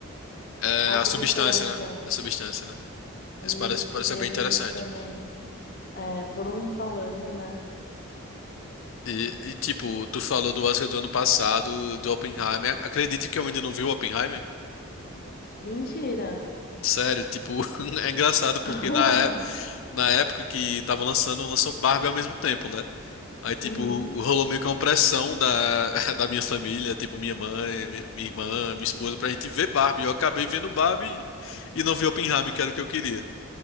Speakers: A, on the left (about 65°); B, on the left (about 45°).
A: É,
B: A
A: a
B: Substância.
A: substância, né? A substância, né? Isso
B: Isso,
A: parece, parece
B: eu queria
A: ser bem
B: ver
A: interessante.
B: esse também. É, todo mundo falando, né?
A: E, e, tipo, tu falou do Oscar do ano passado, do Oppenheimer. Ac- Acredite que eu ainda não vi o Oppenheimer?
B: Mentira.
A: Sério, tipo, <laughs> é engraçado porque
B: <laughs>
A: na época, na época que tava lançando, lançou Barbie ao mesmo tempo, né? Aí, tipo,
B: Uhum.
A: rolou meio que uma pressão da, <laughs> da minha família, tipo, minha mãe, minha, minha irmã, minha esposa, pra gente ver Barbie. Eu acabei vendo Barbie e não vi Oppenheimer, que era o que eu queria.